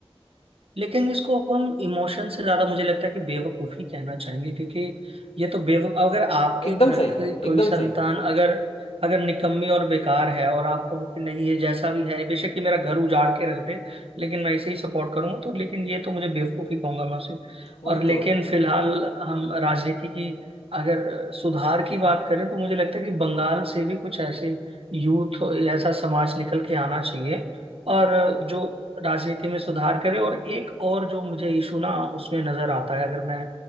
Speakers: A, on the right; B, on the left.
A: लेकिन इसको हम इमोशन से ज्यादा मुझे लगता है कि बेवकूफी कहना चाहेंगे क्योंकि ये तो बेवक अगर आपके
B: एकदम
A: घर
B: सही
A: की कोई
B: एकदम
A: संतान
B: सही
A: अगर अगर निकम्मी और बेकार है और आप कहो कि नहीं ये जैसा भी है बेशक ये मेरा घर उजाड़ के रख दे लेकिन मैं इसे ही सपोर्ट करूंगा तो लेकिन ये तो मुझे बेवकूफी कहूंगा मैं उसे
B: वही
A: और लेकिन
B: तो
A: फिलहाल हम राजनीति की अगर सुधार की बात करें तो मुझे लगता है कि बंगाल से भी कुछ ऐसे यूथ ऐसा समाज निकल के आना चाहिए और जो राजनीति में सुधार करे और एक और जो मुझे इशू ना उसमें नजर आता है अगर मैं